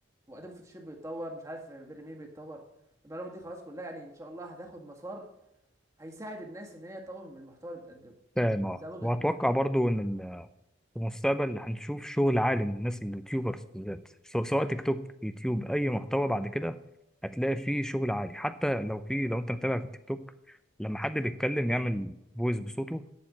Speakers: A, on the right; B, in the centre.
A: وادوبي فوتوشوب بيتطور مش عارف بريمير بيتطور البرامج دي خلاص كلها يعني ان شاء الله هتاخد مسار هيساعد الناس ان هي تطور من المحتوى اللي بتقدمه
B: تمام اه
A: ده وجهة
B: واتوقع
A: نظري يعني
B: برضو ان في المستقبل هنشوف شغل عالي من الناس اليوتيوبرز بالذات سواء سواء تيك توك يوتيوب اي محتوى بعد كده هتلاقي فيه شغل عالي حتى لو في لو انت متابع في التيك توك لما حد بيتكلم يعمل فويس بصوته